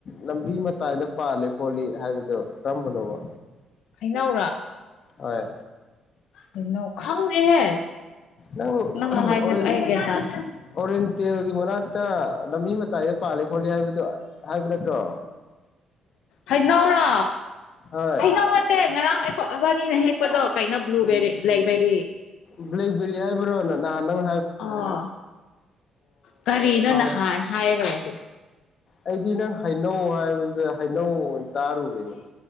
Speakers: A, on the left; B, on the left.
A: ꯂꯝꯕꯤ ꯃꯇꯥꯏꯗ ꯄꯥꯜꯂꯤ ꯈꯣꯠꯂꯤ ꯍꯥꯏꯕꯗꯣ ꯀꯔꯝꯕꯅꯣꯕ꯫
B: ꯍꯩꯅꯧꯔꯥ꯫
A: ꯍꯣꯏ
B: ꯍꯩꯅꯧ ꯈꯪꯗꯦꯍꯦ
A: ꯅꯪ
B: ꯅꯪꯅ
A: ꯑꯣꯔꯦꯟ
B: ꯍꯥꯏꯕꯁꯦ ꯑꯩ ꯒ꯭ꯌꯥꯟ ꯇꯥꯗꯦ
A: ꯑꯣꯔꯦꯟ ꯇꯦꯜꯒꯤ ꯃꯅꯥꯛꯇꯥ ꯂꯝꯕꯤ ꯃꯇꯥꯏꯗ ꯄꯥꯜꯂꯤ ꯈꯣꯠꯂꯤ ꯍꯥꯏꯕꯗꯨ ꯍꯥꯏꯕ ꯅꯠꯇ꯭ꯔꯣ
B: ꯍꯩꯅꯧꯔꯣ
A: ꯍꯣꯏ
B: ꯍꯩꯩꯅꯧ ꯅꯠꯇꯦ ꯉꯔꯥꯡ ꯑꯕꯥꯅꯤꯅ ꯍꯦꯛꯄꯗꯣ ꯀꯩꯅꯣ ꯕ꯭ꯂꯨꯕꯦꯔꯤ ꯕ꯭ꯂꯦꯛꯕꯦꯔꯤ
A: ꯕ꯭ꯂꯦꯛꯕꯦꯔꯤ ꯍꯥꯏꯕ꯭ꯔꯣ ꯅꯍꯥꯟ ꯅꯪ
B: ꯑꯣ ꯀꯔꯤꯅꯣ
A: ꯍꯥꯎ
B: ꯅꯍꯥꯟ ꯍꯥꯏꯒꯔꯦ <inaudible>
A: ꯑꯩꯗꯤ ꯅꯪ ꯍꯩꯅꯧ ꯍꯥꯏꯕꯗꯨꯗ ꯍꯩ ꯅꯣ ꯑꯣꯏꯅꯥ ꯇꯥꯔꯨꯨꯔꯦꯅꯦ